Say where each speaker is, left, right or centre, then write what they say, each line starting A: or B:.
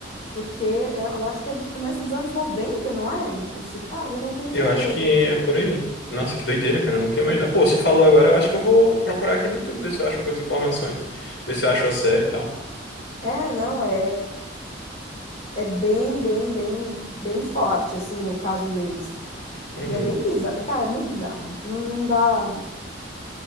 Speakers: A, on the left; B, on the left.
A: Porque é, eu acho que é do começo dos anos 90, não é? Esse caso, eu não tenho
B: Eu
A: certeza.
B: acho que é por aí. Nossa, que doideira, cara. Eu Não quero mais dar. Pô, você falou agora, eu acho que eu vou procurar aqui no YouTube, ver se eu acho algumas informações, ver se eu acho a série e tal.
A: É, não, é, é bem, bem, bem, bem forte, assim, o caso deles.
B: Uhum.
A: E é bem bizarro. Cara, é muito bizarro. Não, não dá.